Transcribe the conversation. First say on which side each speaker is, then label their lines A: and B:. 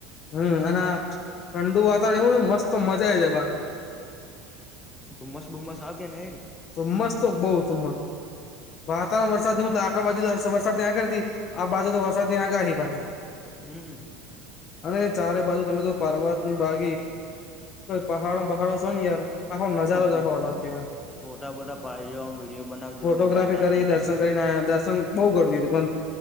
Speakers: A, on the left (about 45°); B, on the left (about 15°).
A: હમ્મ અને ઠંડુ વાતાવરણ એવું મસ્ત મજા જ બાકી.
B: ધુંમ્મસ બુમ્મસ આ કે નહી?
A: ધુમ્મસ તો બો ધુમ્મસ વાતાવરણ વરસાદ મતલબ આપણા બાજુ તો વરસાદ ત્યાં આગ નથી આ બાજુ તો વરસાદ ની આગાહી પાહી.
B: હમ
A: અને ચારે બાજુ તમે જો પર્વત ભાગી કોઈ પહાડ <unintelligible> છે, યાર આખો નજારો
B: આમ ફો
A: જ આખો અલગ કહેવાય
B: ફોટા બટા પાડી વિડીયો બનાવજો
A: ફોટોગ્રાફી
B: વાયરલ
A: કરી
B: થઇ જાય.
A: દર્શન કરીને આયા દર્શન બો ગરદી પણ